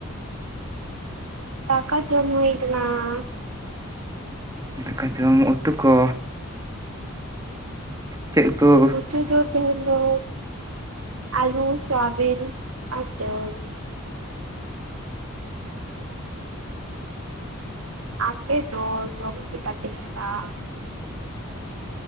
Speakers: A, on the right (about 85°); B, on the right (about 15°).
A: ᱫᱟᱠᱟ ᱡᱚᱢ ᱦᱩᱭ ᱟᱠᱟᱱᱟ।
B: ᱫᱟᱠᱟ ᱡᱚᱢ ᱩᱛᱩ ᱠᱚ ᱪᱮᱜ ᱩᱛᱩ?
A: ᱩᱛᱩ ᱫᱚ ᱛᱮᱦᱮᱧ ᱫᱚ ᱟᱹᱞᱩ ᱥᱚᱣᱟᱵᱤᱱ ᱟᱨ ᱫᱟᱹᱞ। ᱟᱯᱮ ᱫᱚ ᱡᱚᱢ ᱠᱮᱫᱟ ᱯᱮᱥᱮ ᱵᱟᱝ?